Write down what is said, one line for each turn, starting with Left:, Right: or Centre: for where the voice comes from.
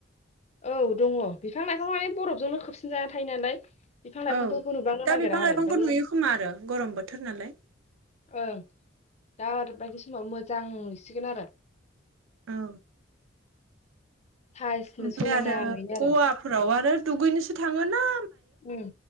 Left: औ दङ बिफां लाइफां माने बरफजोंनो खोबसिन जाना थायो नालाय। बिफां लाइफांफोरखौ
Right: औ
Left: नुबांनो
Right: दा
Left: नागिरा
Right: बिफां लाइफांखौ
Left: आरो ओमफ्रायो
Right: नुयो खोमा आरो गरम बोथोर नालाय।
Left: ओं दा आरो बायदि समाव मोजां नुसिगोन आरो।
Right: औ
Left: साइसनो
Right: ओमफ्राय
Left: समायना
Right: आरो
Left: नुयो
Right: गवाफोराव
Left: आरो
Right: आरो दुगैनोसो थाङोना
Left: उम